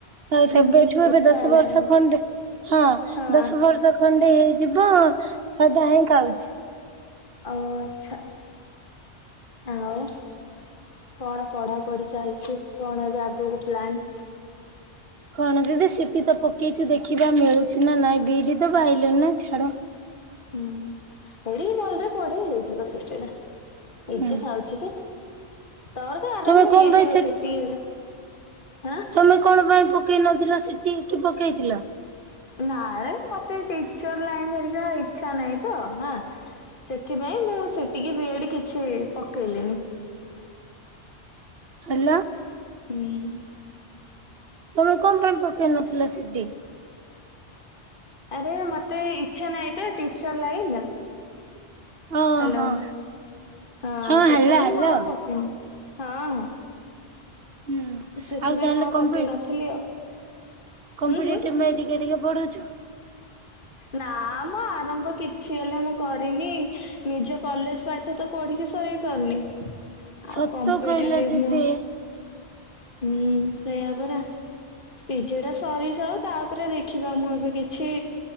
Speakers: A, on the right; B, on the left.
A: ହଁ ସେବେଠୁ
B: ଉୁଁ ହୁଁ
A: ଏବେ
B: ଇଚ୍ଛା
A: ଦଶ
B: ହେଲାନି
A: ବର୍ଷ ଖଣ୍ଡେ ହଁ
B: ହଁ
A: ଦଶ ବର୍ଷ। ଖଣ୍ଡେ ହେଇଯିବ ସାଧା ହିଁ ଖାଉଛି।
B: ଆଉ ଆଚ୍ଛା ଆଉ। କଣ ପଢା ପଢି ଚାଲଛି କଣ ଏବେ ଆଗୁକୁ ପ୍ଳାନ୍?
A: କଣ ଦିଦି ସିଟି ତ ପକେଇଛୁ ଦେଖିବା ମିଳୁଛି ନା ନାଇଁ ବିଡି ତ ପାଇଲୁନୁ ଛାଡ।
B: ହୁଁ ଏଡି ଭଲରେ ପଢେ ହେଇଯିବ ସିଟି ଟା
A: ହୁଁ
B: ଏଜେ ଥାଉଛି ଯେ। ତର ତ ଆରାମରେ
A: ତମେ କଣ
B: ହେଇଛଯିବ
A: ପାଇଁ ସେ
B: ସିଟି ଏରା। ହାଁ।
A: ତମେ କଣ ପାଇଁ ପକେଇ ନଥିଲ ସେଠି କି ପକେଇଥିଲ?
B: ନାରେ ମତେ ଟିଚର୍ ଲାଇନ୍ ହେରିକା ଇଛା ନାହିଁ ତ ହା। ସେଥିପାଇଁ ମୁଁ ସିଟି କି ବି ଏଡ କିଛି ପକେଇଲିନି।
A: ହାଲୋ।
B: ହୁଁ।
A: ତମେ କଣ ପାଇଁ ପକେଇ ନଥିଲ ସିଟି?
B: ଆରେ ମତେ ଇଚ୍ଛା ନହିଁ ତ ଟିଚର୍ ଲାଇନ୍।
A: ହଁ
B: ହାଲୋ
A: ହଁ
B: ଆ
A: ହଁ
B: ସେଥିପାଇଁ
A: ହାଲୋ ହାଲୋ
B: ମୁଁ ଆଉ ପକେଇନି ହଁ ହଁ।
A: ହୁଁ।
B: ସେଥିପାଇଁ
A: ତାହେଲେ
B: ମୁଁ ଆଉ
A: କମ୍ପି
B: ପକେଇନଥିଲି ଆଉ।
A: କମ୍ପିଟେଟିଭ
B: ହୁଁ ହୁଁ।
A: ପାଇଁ ଟିକେ ଟିକେ ପଢୁଛ?
B: ନା ମଁ ଆରମ୍ଭ କିଛି ହେଲେ ମୁଁ କରିନି ନିଜ କଲେଜ ପା ଠ ତ ପଢିକି ସରେଇ ପାରୁନି ଆଉ
A: ସତ
B: କମ୍ପିଟେଟିଭ
A: କହିଲ ଦିଦି
B: ମୁଁ। ହୁଁ ସେଇଆ ପରା। ପିଜୁ ଟା ସରିଯାଉ ତାପରେ ଦେଖିବା ମୁଁ ଏବେ କି କିଛି